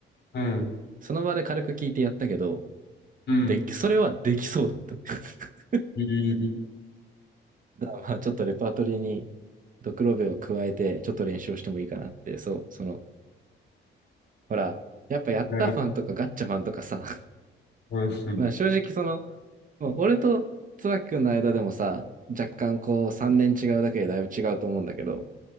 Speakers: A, on the left; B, on the right.
A: うん、
B: その場で軽く聞いてやったけど、
A: うん。
B: でき、それはできそうだった。<laughs>
A: えー、
B: だからまあ、ちょっとレパートリーにドクロベエを加えて、ちょっと練習をしてもいいかなって、そう、その、ほら、やっぱヤッターマンとかガッチャマンとかさ、
A: ないな。うん、そ
B: まあ正直その、まあ、俺と椿君の間でもさ、若干こう3年違うだけでだいぶ違うと思うんだけど、